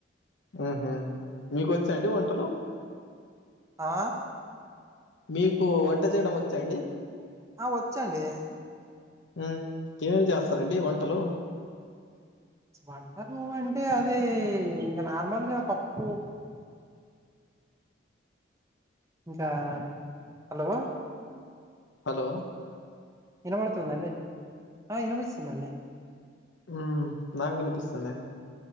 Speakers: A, on the left; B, on the right.
A: హుహు మీకు వచ్చాఅండి వంటలు.
B: ఆ
A: మీకు వంట చేయడం వచ్చా అండి.
B: ఆ వచ్చండి.
A: ఉ ఏమేమ్ చేస్తారండి వంటలు.
B: వంటలు అంటే అదే ఇంకా నార్మల్గా పప్పు. ఇంకా హలో.
A: హలో
B: ఇనపడుతుంద అండి. ఆ ఇనిపిస్తుందండి
A: ఉ నాకు వినిపిస్తలే.